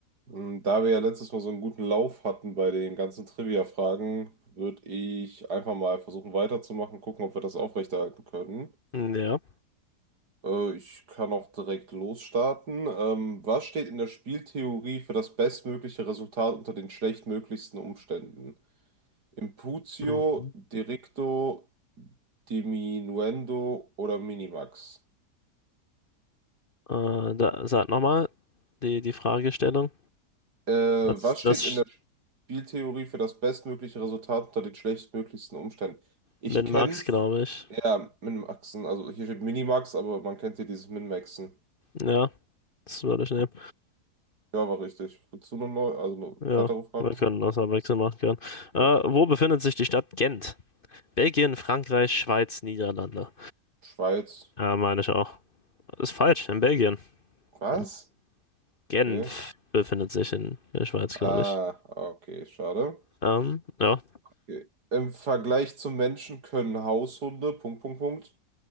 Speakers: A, on the right; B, on the left.
A: Mm, Da wir ja letztes Mal so einen guten Lauf hatten bei den ganzen Trivia-Fragen, würde ich einfach mal versuchen weiterzumachen, gucken, ob wir das aufrechterhalten können.
B: Ja.
A: Äh, ich kann auch direkt losstarten. Ähm, was steht in der Spieltheorie für das bestmögliche Resultat unter den schlechtmöglichsten Umständen? Imputio,
B: Mhm.
A: Directo, Diminuendo oder Minimax?
B: Äh, da, sag nochmal die, die Fragestellung.
A: Äh, was
B: Das, das
A: steht
B: sch-
A: in der Spieltheorie für das bestmögliche Resultat unter den schlechtmöglichsten Umständen? Ich
B: mit
A: kenne
B: Max, glaube ich.
A: Ja, Minmaxen. Also hier steht Minimax, aber man kennt hier dieses Minmaxen.
B: Ja, das würde ich nehmen.
A: Ja, war richtig. Willst du noch neu? Also eine
B: Ja,
A: weitere Frage?
B: wir
A: machen?
B: können das abwechselnd machen können.
A: Ja.
B: Äh, wo befindet sich die Stadt Gent? Belgien, Frankreich, Schweiz, Niederlande.
A: Schweiz.
B: Ja, meine ich auch. Ist falsch, in Belgien.
A: Was?
B: Hm. Genf
A: Okay.
B: befindet sich in der Schweiz, glaube
A: Ah,
B: ich.
A: okay, schade.
B: Ähm, ja.
A: Okay. Im Vergleich zum Menschen können Haushunde, Punkt, Punkt, Punkt,